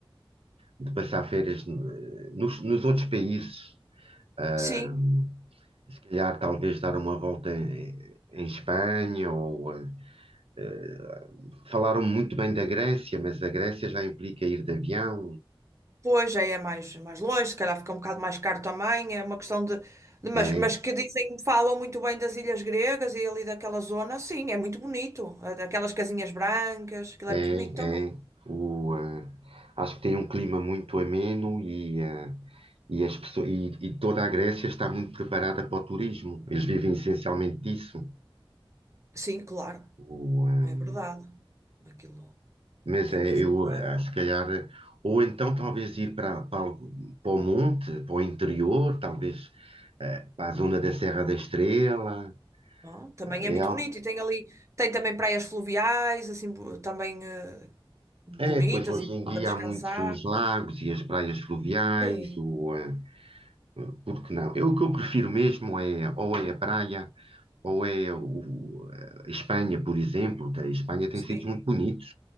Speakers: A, on the right; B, on the right.
A: de passar férias eh, nos, nos outros países. ah,
B: Sim,
A: se calhar, talvez dar uma volta em, em Espanha ou eh, eh, falaram muito bem da Grécia, mas a Grécia já implica ir de avião.
B: Pois, aí é mais, mais longe, se calhar fica um bocado mais caro também, é uma questão de, de- mas,
A: É,
B: mas que dizem, falam muito bem das ilhas gregas e ali daquela zona, sim, é muito bonito, é daquelas casinhas brancas, aquilo
A: é,
B: é muito bonito também.
A: é. O, eh, acho que tem um clima muito ameno e, eh, e, as pessoas, e, e toda a Grécia está muito preparada para o turismo. Eles vivem essencialmente disso.
B: Sim, claro,
A: O, eh,
B: é verdade, aquilo
A: Mas
B: é
A: é,
B: mesmo
A: eu
B: para...
A: eh, se calhar, eh, ou então talvez ir para, para, algo- para o monte, para o interior, talvez eh, para a zona da Serra da Estrela,
B: Não? Também
A: eh,
B: é muito
A: é algo.
B: bonito e tem ali, tem também praias fluviais, assim, bo- também eh, bonitas
A: É, depois hoje
B: e
A: em dia
B: para descansar.
A: há muitos os lagos e as praias fluviais,
B: Sim,
A: o, eh, eh, por que não? Eu, o que eu prefiro mesmo é ou é a praia ou é o, eh, Espanha, por exemplo. que A Espanha tem
B: sim,
A: sítios muito bonitos,